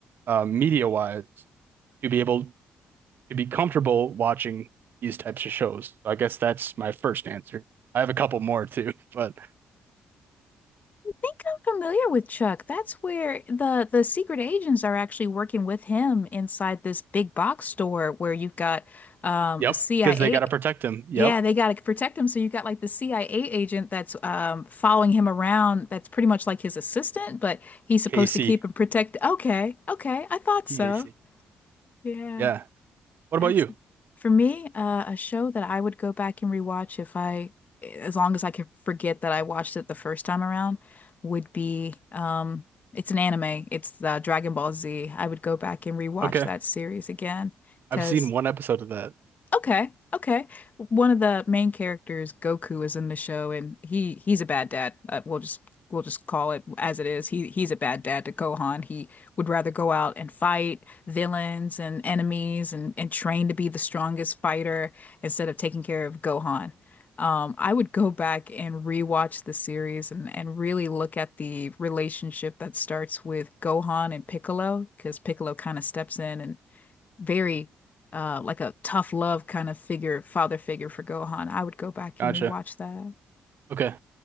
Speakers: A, on the right; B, on the left.
A: uh, media-wise, to be able to be comfortable watching these types of shows. So I guess that's my first answer. I have a couple more too, <laughs> but
B: I think I'm familiar with Chuck. That's where the the secret agents are actually working with him inside this big box store where you've got um
A: yep,
B: a CIA.
A: because they got to protect him. Yep,
B: Yeah, they got to protect him. So you've got like the CIA agent that's um following him around that's pretty much like his assistant, but he's supposed
A: Casey,
B: to keep him protected. Okay, okay, I thought
A: Casey.
B: so. Yeah.
A: Yeah. What
B: That's
A: about you?
B: for me, uh, a show that I would go back and rewatch if I, as long as I could forget that I watched it the first time around, would be um, it's an anime. It's the Dragon Ball Z. I would go back and rewatch
A: Okay.
B: that series again because
A: I've seen one episode of that.
B: Okay. Okay. One of the main characters, Goku, is in the show and he he's a bad dad. Uh, we'll just we'll just call it as it is. He he's a bad dad to Gohan. He would rather go out and fight villains and enemies and and train to be the strongest fighter instead of taking care of Gohan. Um, I would go back and rewatch the series and and really look at the relationship that starts with Gohan and Piccolo because Piccolo kind of steps in and very uh like a tough love kind of figure, father figure for Gohan. I would go back
A: Gotcha.
B: and rewatch that.
A: Okay.